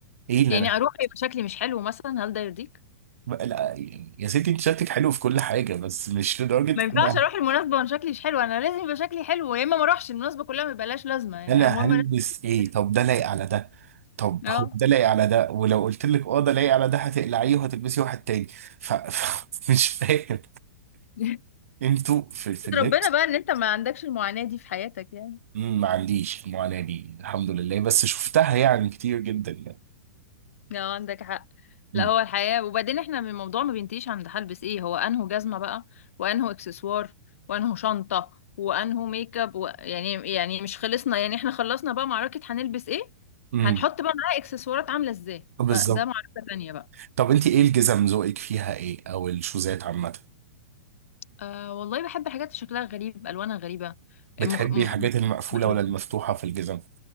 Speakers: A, on the right; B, on the left.
A: ايه اللي
B: يعني
A: انا
B: اروح يبقى شكلي مش حلو مثلا هل ده يرضيك
A: بقى- لا يا ستي انت شكلك حلو في كل حاجة بس مش لدرجة
B: ما ينفعش
A: انا
B: اروح المناسبه وانا شكلي مش حلو انا لازم يبقى شكلي حلو يا اما ما اروحش المناسبه كلها ما يبقاش لازمه يعني
A: انا
B: المهم
A: هلبس
B: انا
A: ايه
B: شكلي
A: طب
B: حلو.
A: ده لايق على ده طب
B: اه
A: هو ده لايق على ده ولو قلت لك اه ده لايق على ده هتقلعيه وهتلبسي واحد تاني ف... ف... <laughs> مش فاهم
B: <laughs>
A: انتوا في في اللبس
B: ربنا بقى ان انت ما عندكش المعاناة دي في حياتك يعني
A: مم، ما عنديش المعاناة دي الحمد لله بس شفتها يعني كتير جدا يعني
B: لا عندك حق
A: مم.
B: لا هو الحياة وبعدين احنا من الموضوع ما بينتهيش عند هلبس ايه هو انه جزمة بقى وانه اكسسوار وانه شنطة وانه ميك اب و... يعني يعني مش خلصنا يعني احنا خلصنا بقى معركة هنلبس ايه
A: امم
B: هنحط بقى معاه اكسسوارات عاملة ازاي
A: بالظبط
B: فده معركة تانية بقى
A: طب انت ايه الجزم ذوقك فيها ايه او الشوزات عامه
B: آه والله بحب حاجات شكلها غريب الوانها غريبة
A: بتحبي
B: مخ... م... م-
A: الحاجات المقفوله
B: مألوفة
A: ولا المفتوحه في الجزم